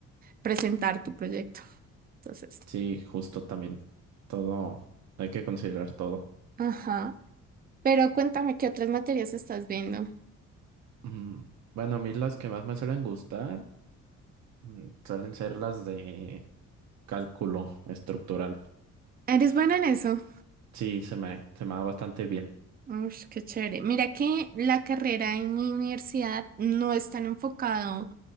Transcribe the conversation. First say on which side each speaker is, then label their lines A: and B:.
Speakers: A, on the right; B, on the right.
A: presentar tu proyecto. Entonces,
B: Sí, justo también. Todo, hay que considerar todo.
A: ajá. Pero cuéntame qué otras materias estás viendo.
B: Mm, Bueno, a mí las que más me suelen gustar mm, suelen ser las de cálculo estructural.
A: Eres buena en eso.
B: Sí, se me, se me da bastante bien.
A: Ush, qué chévere. Mira que la carrera en mi universidad no es tan enfocado